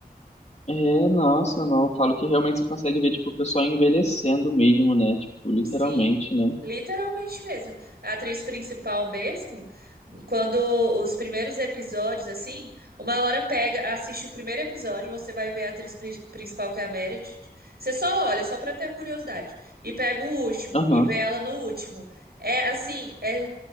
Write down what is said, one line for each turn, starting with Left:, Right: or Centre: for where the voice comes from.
Left: É, nossa, não. Eu Falo que realmente você consegue ver, tipo, o pessoal envelhecendo mesmo, né? Tipo, literalmente,
Right: Sim,
Left: né?
Right: literalmente mesmo. A atriz principal mesmo, quando os primeiros episódios, assim, uma hora pega, assiste o primeiro episódio, você vai ver a atriz pri- principal, que é a Meredith. Você só olha, só pra ter a curiosidade. E pega o último
Left: Aham.
Right: e vê ela no último. É assim, é